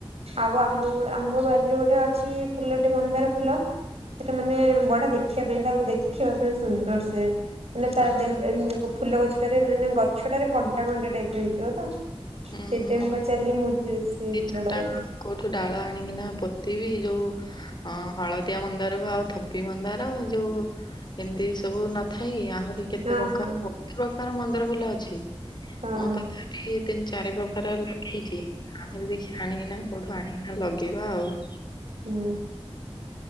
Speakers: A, on the right; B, on the left.
A: ଆଉ ଆମ ଆମ ବାରିରେ ଗୋଟେ ଅଛି ଫୁଲ ଟେ ମନ୍ଦାର ଫୁଲ ସେଟା ମାନେ ବଢିଆ ଦେଖିବା ପାଇଁ ତାକୁ ଦେଖିବା ପାଇଁ ସୁନ୍ଦର ସେ ମାନେ ତା
B: ହଁ,
A: ଦେହ <unintelligible> ଫୁଲ ଗଛଟାରେ ମାନେ ଗଛଟାରେ କଣ୍ଟା କଣ୍ଟା ଟାଇପରେ ହେଇଥିବ ତ। ସେଇଥିପାଇଁ
B: ଉଁ
A: ମୁଁ ପଚାରିଲି ମୁଁ ସେଇ
B: ଦି
A: ଫୁଲ
B: ଚାରିଟା
A: ଟା ବୋଧେ।
B: କୋଉଠୁ ଡାଳ ଆଣିକି ନା ପୋତିବିି ଯୋଉ ଅ ହଳଦିଆ ମନ୍ଦାର କୁ ଆଉ ଥୋପି ମନ୍ଦାର ଯୋଉ ଏମିତି ସବୁ ନଥାାଇ ଆହୁରି କେତେ
A: ହଁ
B: ପ୍ରକାର
A: ହଁ
B: ବୋହୁତ ପ୍ରକାର ମନ୍ଦାର ଫୁଲ ଅଛି
A: ହଁ
B: ମୁଁ ତଥାପି ଚାରି ପ୍ରକାର ଲଗେଇଛି ଆହୁରି ଦେଖିଆ ଆଣିକିନା କୋଉଠୁ ଆଣିକିନା ଲଗେଇବା ଆଉ।
A: ହୁଁ।